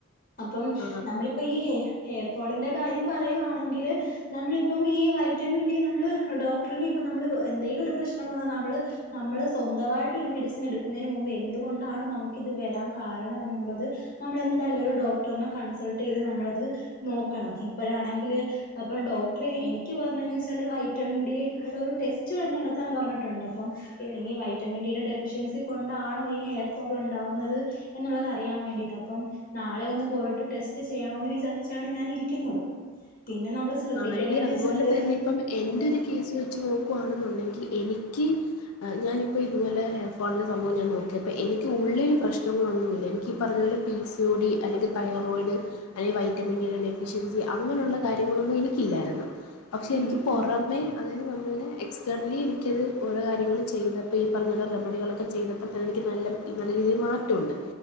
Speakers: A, on the left; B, on the left.
A: അപ്പം
B: ആ
A: നമ്മളിപ്പോ ഈ ഹെ ഹെയർ ഫോളിന്റെ കാര്യം പറയുവാണെങ്കില് നമ്മളിപ്പം ഈ വൈറ്റമിൻ ഡി നമ്മള് ഡോക്ടറിനെ ഇപ്പം നമ്മള് എന്തെലും ഒരു പ്രശ്നം വന്നാ നമ്മള് നമ്മള് സ്വന്തവായിട്ട് ഒരു മെഡിസിൻ എടുക്കുന്നേന് മുമ്പ് എന്തുകൊണ്ടാണ് നമുക്ക് ഇത് വെരാൻ കാരണം എന്നുള്ളത് നമ്മൾ എന്തായാലും ഒരു ഡോക്ടറിനെ കൺസൾട്ട് ചെയ്ത് നമ്മളത് നോക്കണം ഇപ്പഴാണെങ്കില് അ അപ്പം ഡോക്ടറ് എനിക്ക് പറഞ്ഞേന്ന് വെച്ചാല് വൈറ്റമിൻ ഡി ഉള്ള ഒരു ടെസ്റ്റ് നടത്താൻ പറഞ്ഞിട്ടുണ്ട് അപ്പം ഈ ഇനി വൈറ്റമിൻ ഡിയുടെ ഡെഫിഷ്യൻസി കൊണ്ടാണോ ഈ ഹെയർ ഫോൾ ഉണ്ടാവുന്നത് എന്നുള്ളത് അറിയാൻ വേണ്ടിയിട്ട് അപ്പം നാളെ ഒന്ന് പോയിട്ട് ടെസ്റ്റ് ചെയ്യണോന്ന് വിചാരിച്ചാണ് ഞാൻ ഇരിക്കുന്നത് പിന്നെ നമ്മള് ശ്രദ്ധിക്കേണ്ടേന്ന്
B: ആഹ് എടി അതുപോലെ
A: വെച്ചാല്
B: തന്നെ ഇപ്പം എന്റെ
A: അതെ
B: ഒരു കേസ് വെച്ച് നോക്കുവാണെന്നുണ്ടെങ്കി എനിക്ക് ആഹ് ഞാനിപ്പോ ഇതുപോലെ ഹെയർ ഫോളിന്റെ സംഭവം ഞാൻ നോക്കിയപ്പോ എനിക്ക് ഉള്ളില് പ്രശ്നങ്ങളൊന്നുവില്ലാ എനി ഈ പറഞ്ഞ പോലെ പി സി ഒ ഡി അല്ലെങ്കിൽ തൈറോയിഡ് അല്ലെങ്കി വൈറ്റമിൻ ഡിയുടെ ഡെ ഡെവിഷ്യൻസി അങ്ങനൊള്ള കാര്യങ്ങളൊന്നും എനിക്കില്ലായിരുന്നു പക്ഷെ
A: ഉം
B: എനിക്ക് പൊറമെ അതായത് നമ്മൾടെ എക്സ്റ്റേർണലി എനിക്കത് ഓരോ കാര്യങ്ങള് ചെയ്തപ്പോ ഈ പറഞ്ഞ പോലെ റെമഡികളൊക്കെ ചെയ്തപ്പോ തന്നെ എനിക്ക് നല്ല നല്ല രീതി മാറ്റവൊണ്ട്